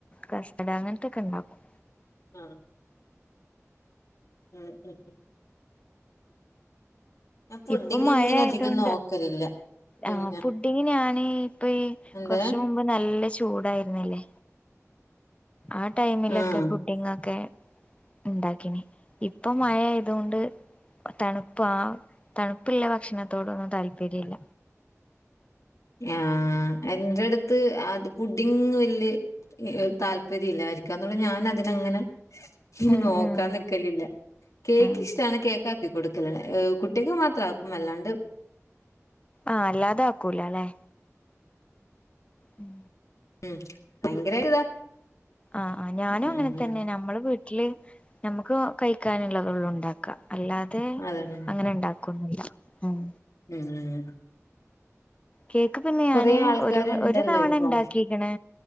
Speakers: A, on the left (about 20°); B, on the left (about 70°).
A: കസ്റ്റഡ് അങ്ങനത്തൊക്കെ ഉണ്ടാക്കും.
B: ആഹ് ഉം ഉം ഉം ഞാൻ പുഡിങ്
A: ഇപ്പം മഴ
B: അങ്ങനെ
A: ആയത്
B: അധികം
A: കൊണ്ട്
B: നോക്കലില്ല പിന്നെ
A: ആഹ് പുഡിങ്, ഞാന് ഇപ്പൊ ഈ
B: എന്തേ
A: കൊറച്ചു മുമ്പ് നല്ല ചൂടായിരുന്നില്ലേ ആ ടൈമിലൊക്കെ
B: ആഹ്
A: പുഡിങ്ങൊക്കെ ഉണ്ടാക്കിന് ഇപ്പൊ മഴയായതുകൊണ്ട് തണുപ്പാ തണുപ്പുള്ള ഭക്ഷണത്തോടൊന്നും താല്പര്യല്ല.
B: ആഹ് എന്റെ അടുത്ത് അത് പുടിങ് വല്യ താല്പര്യം ഇല്ലാര്ക്കും അന്നരം ഞാൻ അതിനങ്ങനെ
A: ഉം
B: നോക്കാൻ
A: ഉം
B: നിക്കലില്ല. കേക്ക്
A: ഉം
B: ഇഷ്ടാണ് കേക്ക് ആക്കി കൊടുക്കലേ, കു ട്ടിക്ക് മാത്രാക്കും അല്ലാണ്ട്
A: ആഹ് അല്ലാതെ ആക്കൂല അല്ലെ ഉം
B: ഉം ഭയങ്കരൊര് ഇതാ
A: ആഹ് ആഹ് ഞാനും
B: ഉം
A: അങ്ങനെതന്നെ
B: ഉം
A: നമ്മള് വീ ട്ടില് ഞമ്മക്ക് കഴിക്കാന്ള്ളതൊള്ളൂ ഇണ്ടാക്ക. അല്ലാതെ
B: അതന്നെ
A: അങ്ങനെ ഇണ്ടാ ക്കൊന്നുല്ല ഉം
B: ഉം ഉം ഉം
A: കേക്ക് പിന്നെ ഞാന്
B: കൊറേ ആൾക്കാരുണ്ടല്ലോ
A: ഒരു, ഒരു തവണ
B: ഇപ്പൊ
A: ഇണ്ടാക്കിക്ക്ണ്